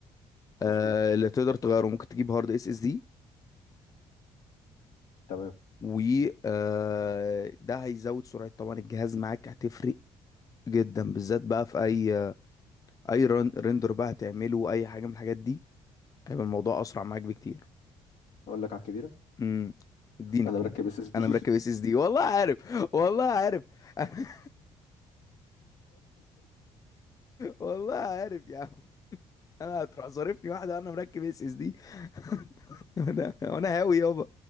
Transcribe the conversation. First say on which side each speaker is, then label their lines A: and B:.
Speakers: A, on the left; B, on the left.
A: مظبوط
B: آه، اللي تقدر تغيره ممكن تجيب هارد اس اس دي
A: تمام
B: و آه، ده هيزود سرعة طبعا الجهاز معاك هتفرق جدا بالذات بقى في اي اي رن... رندر بقى هتعمله اي حاجه من الحاجات دي هيبقى الموضوع اسرع معاك بكتير
A: اقول لك على الكبيره
B: امم اديني
A: انا
B: كده
A: مركب اس اس دي
B: انا مركب اس اس دي والله عارف والله عارف <laughs> والله عارف يا عم انا هتروح ظارفني واحده انا مركب اس اس دي <laughs> انا انا هاوي يابا